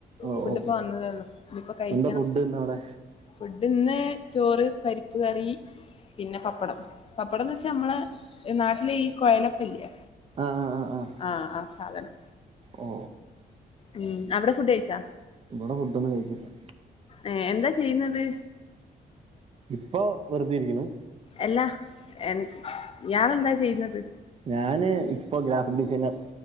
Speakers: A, on the right; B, on the left.
A: ഓ
B: ഫുഡ്
A: ഓ
B: ഇപ്പം വന്നതേള്ളു ഇഞ്ഞിപ്പം കഴിക്കണം.
A: എന്താ ഫുഡ് ഇന്ന് അവിടെ
B: ഫുഡ് ന്ന് ചോറ്, പരിപ്പ് കറി പിന്നെ പപ്പടം. ഇവ്ടന്ന് വെച്ചാ നമ്മള നാട്ടിലെ ഈ കൊയലപ്പല്ലേ
A: ആഹ് ആഹ് ആഹ് ആഹ്
B: ആഹ ആ സാധനം
A: ഓ
B: ഉം അവിടെ ഫുഡ് കയ്ച്ചാ
A: ഇവിടെ ഫുഡ് ഒന്നും കയ്ച്ചിറ്റ്ല്ല
B: ഏ എന്താ ചെയ്യുന്നത്
A: ഇപ്പൊ വെറുതെ ഇരിക്ക്ണു
B: എല്ലാ എൻ ഞനെന്താ ചെയ്യുന്നത്
A: ഞാന് ഇപ്പോഗ്രാഫിക് ഡിസൈനർ